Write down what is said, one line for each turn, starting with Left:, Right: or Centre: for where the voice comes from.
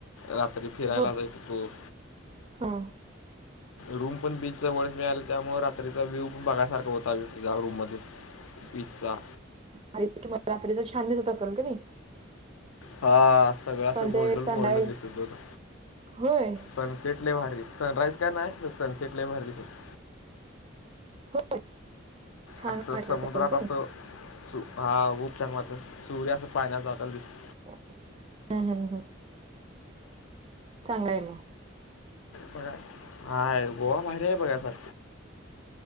Left: रात्री फिरायला
Right: हो
Left: जाईत होतो.
Right: हा
Left: रूम पण बीच जवळच मिळाली, त्यामुळं रात्रीचा व्ह्यूव पण बघायसारखा होता या रूम मधून. पिझ्झा.
Right: आणि समुद्र रात्रीचं छान दिसत असेल का नाही?
Left: हा सगळं असं
Right: सनसेट
Left: गोल्डन
Right: सनराईज
Left: गोल्डन दिसत होतं.
Right: होय
Left: सनसेट लई भारी दिसत होता. सनराईज का नाहीय, पण सनसेट लई भारी दिसत.
Right: हो छान
Left: असं
Right: वाटलं
Left: समुद्रात
Right: असेल का
Left: असं,
Right: नाही
Left: हा खूप छान वाटत. सूर्य असा पाण्यात जाता दिस
Right: हम.. हम.. हम. चांगलं आहे मग.
Left: प हाय गोवा भारी आहे बघा. तर.